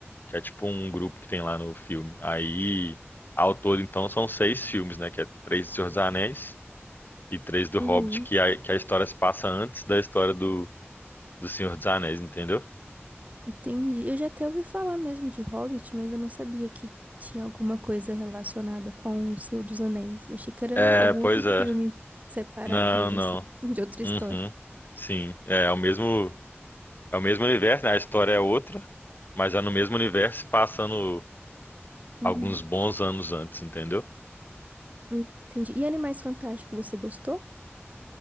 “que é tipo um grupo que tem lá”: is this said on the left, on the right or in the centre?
Left